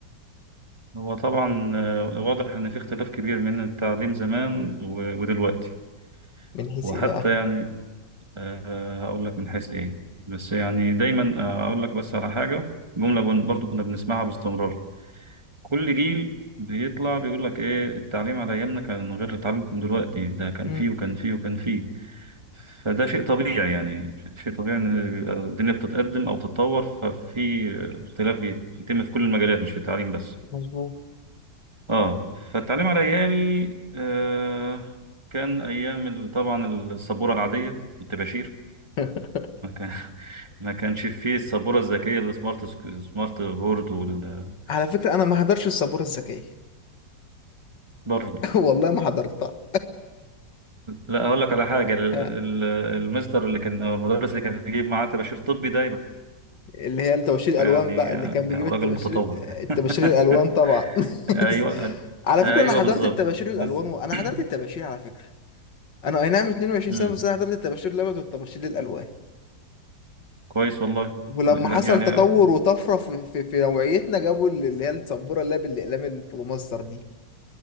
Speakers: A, on the right (about 15°); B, on the left (about 70°).
A: هو طبعا آه، واضح ان في اختلاف كبير من التعليم زمان و- ودلوقتي
B: من حيث
A: وحتى
B: ايه بقى
A: يعني آه، هقول لك من حيث ايه بس يعني دايما آه، اقول لك بس على حاجه جمله بن- برضو كنا بنسمعها باستمرار كل جيل بيطلع بيقول لك ايه التعليم على ايامنا كان غير تعليمكم دلوقتي ده كان
B: امم
A: فيه وكان فيه وكان فيه فده شيء طبيعي يعني شيء طبيعي ان بيبقى الدنيا بتتقدم او تتطور ففي اختلاف بيتم في كل المجالات مش في التعليم بس
B: مظبوط
A: اه فالتعليم على ايامي آه كان ايام ال- طبعا السبوره العاديه والطباشير
B: <laughs>
A: ما كان <laughs> ما كانش فيه السبوره الذكيه السمارت سمارت بورد وال
B: على فكرة انا ما حضرتش السبورة الذكية
A: برضه
B: <laughs> والله ما حضرتها
A: لا اقول لك على حاجه ال-
B: <laughs>
A: ال- المستر اللي كان او المدرس اللي كان يجيب معاه طباشير طبي ده يبقى
B: اللي هي توشير الالوان
A: يعني
B: بقى اللي
A: آه،
B: كان بيجيب
A: راجل
B: التباشير
A: متطور يعني
B: التباشير الالوان
A: <laughs>
B: طبعا
A: ايوه
B: <laughs> على
A: ايوه
B: فكره انا حضرت
A: بالظبط
B: التباشير
A: بالظبط
B: الالوان وانا
A: <clears throat>
B: حضرت التباشير على فكره انا اي نعم 22
A: مم،
B: سنه بس انا حضرت التباشير الابيض والتباشير الالوان
A: كويس والله
B: ولما
A: لا،
B: حصل
A: يعني
B: تطور وطفره في, في, في نوعيتنا جابوا اللي اللي هي السبوره اللي هي بالاقلام الفلوماستر دي